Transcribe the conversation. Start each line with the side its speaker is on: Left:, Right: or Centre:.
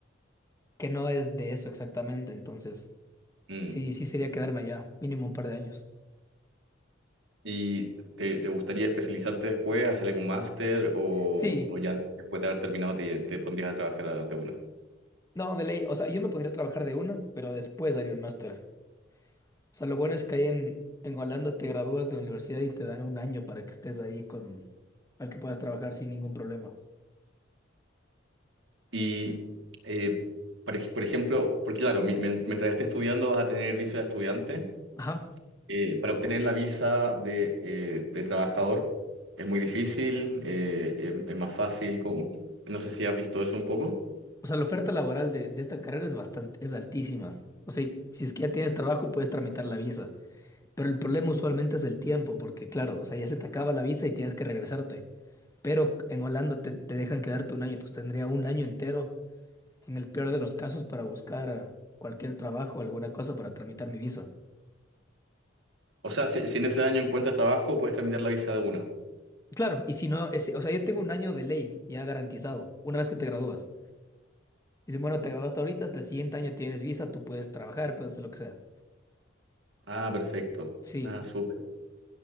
Left: que no es de eso exactamente, entonces
Right: Mm.
Left: sí, sí sería quedarme allá mínimo un par de años.
Right: ¿Y te, te gustaría especializarte después, hacer algún máster o,
Left: Sí,
Right: o ya después de haber terminado te, te pondrías a trabajar de una?
Left: no, de ley, o sea, yo me podría trabajar de una, pero después haría un máster. O sea, lo bueno es que ahí en, en Holanda te gradúas de universidad y te dan un año para que estés ahí con, para que puedas trabajar sin ningún problema.
Right: Y, eh, por, ej- por ejemplo, porque claro, mi- men- mientras estés estudiando vas a tener visa de estudiante.
Left: Ajá.
Right: Eh, para obtener la visa de, eh, de trabajador es muy difícil, eh, es, es más fácil. como- No sé si has visto eso un poco.
Left: O sea, la oferta laboral de, de esta carrera es bastante, es altísima. O sea, y si es que ya tienes trabajo, puedes tramitar la visa. Pero el problema usualmente es el tiempo, porque claro, o sea, ya se te acaba la visa y tienes que regresarte. Pero en Holanda te, te dejan quedarte un año, entonces tendría un año entero, en el peor de los casos, para buscar eh, cualquier trabajo, alguna cosa para tramitar mi visa.
Right: O sea, si, si en ese año encuentras trabajo, puedes tramitar la visa de una.
Left: Claro, y si no, es- o sea, yo tengo un año de ley ya garantizado, una vez que te gradúas. Dicen, bueno, te graduaste ahorita, hasta el siguiente año tienes visa, tú puedes trabajar, puedes hacer lo que sea.
Right: Ah, perfecto.
Left: Sí,
Right: Ah, súper.